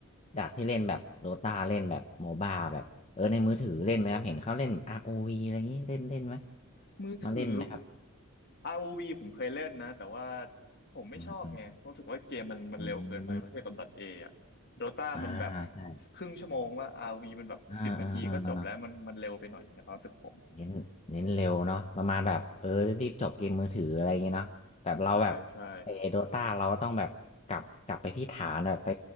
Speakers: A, on the left; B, on the left.
A: จากที่เล่นแบบโดตาเล่นแบบโมบ้าแบบเออในมือถือเล่นไหมครับเห็นเขาเล่น ROV อวีอะไรอย่างนี้เล่นเล่นไหม
B: มือถือ
A: มาเล่นไหมครับ
B: r u v ผมเคยเล่นนะแต่ว่าผมไม่ชอบไงเพราะรู้สึกว่าเกมมันมันเร็วเกินไปประเทศกับ
A: อืมอืมอืม
B: .A อะโดต้ามันแบบ
A: อ่าใช่
B: ครึ่งชั่วโมงว่า r u v มันแบบสิบนาทีก็จบแล้วมันมันเร็วไปหน่อยในความรู้สึกผม
A: อ่าอ่าอ่าอ่าเน้นเน้นเร็วเนาะประมาณแบบเออรีบๆจบเกมมือถืออะไรอย่างเงี้ยเนาะแบบเราแบบไอโดต้าเราก็ต้องแบบกลับกลับไปที่ฐานแบบไป
B: ใช่ใช่